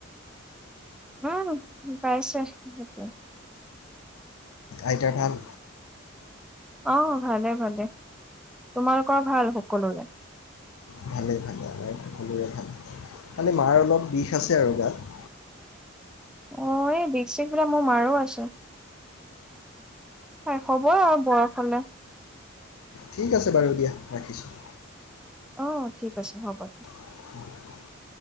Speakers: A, in the centre; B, on the left.
A: উম্ পাইছে, সেইটোৱে।
B: আইতাৰ ভাল।
A: অঁ ভালে ভালে তোমালোকৰ ভাল সকলোৰে।
B: ভালেই ভালেই, আমাৰ সকলোৰে ভাল। খালি মাৰ অলপ বিষ আছে আৰু গাত।
A: অ', এই বিষ চিক বিলাক মোৰ মাৰো আছে। হয়, হ'বই আৰু বয়স হলে।
B: ঠিক আছে বাৰু দিয়া ৰাখিছোঁ।
A: অঁ ঠিক আছে হ'ব দিয়া।
B: হ। <unintelligible>